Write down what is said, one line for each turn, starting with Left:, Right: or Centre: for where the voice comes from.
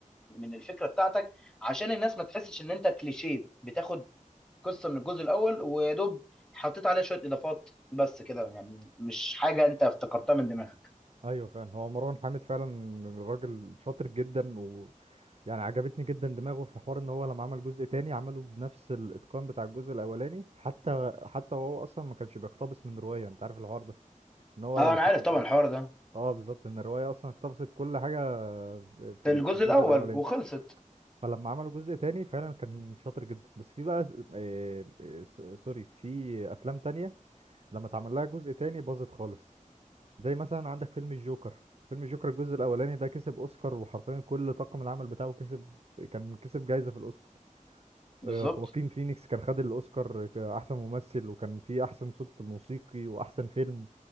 Centre: من الفكره بتاعتك عشان الناس ما تحسش ان انت كليشيه بتاخد قصه من الجزء الاول ويا دوب حطيت عليها شويه اضافات بس كده يعني مش حاجه انت افتكرتها من دماغك
Right: ايوه فعلا هو مروان حامد فعلا راجل شاطر جدا و يعني عجبتني جدا دماغه في حوار ان هو لما عمل جزء تاني عمله بنفس الاتقان بتاع الجزء الاولاني حتى حتى وهو اصلا ما كانش بيقتبس من روايه انت عارف الحوار ده ان هو
Centre: اه
Right: الح...
Centre: انا عارف طبعا الحوار ده
Right: اه بالظبط ان الروايه اصلا اقتبست كل حاجه في
Centre: في
Right: ال-
Centre: الجزء
Right: في الجزء
Centre: الاول
Right: الاولاني
Centre: وخلصت
Right: فلما عملوا جزء تاني فعلا كان شاطر جدا بس في بقى آه، آه، سوري في افلام تانية لما اتعمل لها جزء تاني باظت خالص زي مثلا عندك فيلم الجوكر فيلم الجوكر الجزء الاولاني ده كسب اوسكار وحرفيا كل طاقم العمل بتاعه كسب كان كسب جايزه في الاوسكار
Centre: بالظبط
Right: آه، خواكين فينيكس كان خد الاوسكار كاحسن ممثل وكان فيه احسن صوت موسيقي واحسن فيلم